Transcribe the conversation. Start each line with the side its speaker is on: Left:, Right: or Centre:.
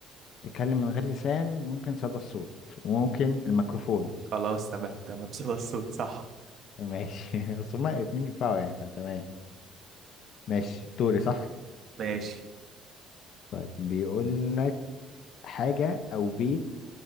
Left: بتتكلم من غير لسان ممكن صدى الصوت وممكن الميكروفون
Right: خلاص تمام تمام صدى الصوت صح
Left: ماشي <laughs> أصل هما الاتنين ينفعوا يعني فتمام ماشي دوري صح؟
Right: ماشي
Left: طيب بيقول لك حاجة أو بيت